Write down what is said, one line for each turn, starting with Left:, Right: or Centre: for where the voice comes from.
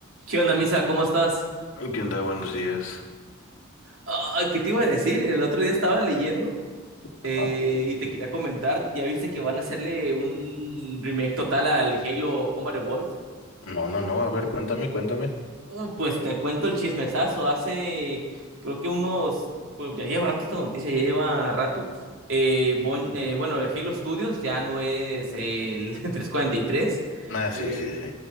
Right: ¿Qué onda, Misa? ¿Cómo estás?
Left: ¿Qué onda? Buenos días.
Right: Ay, ¿qué te iba a decir? El otro día estaba leyendo eh,
Left: Ajá.
Right: y te quería comentar. Ya viste que van a hacerle un remake total al Halo Combat Evolved.
Left: No, no, no, a ver, cuéntame, cuéntame.
Right: Uh, pues te cuento el chismesazo. Hace, creo que unos, pues ya lleva rato esta noticia, ya lleva rato. Eh, Bon- eh, bueno, el Halo Studios ya no es el <laughs> 343.
Left: Ah, sí,
Right: Eh,
Left: sí, sí.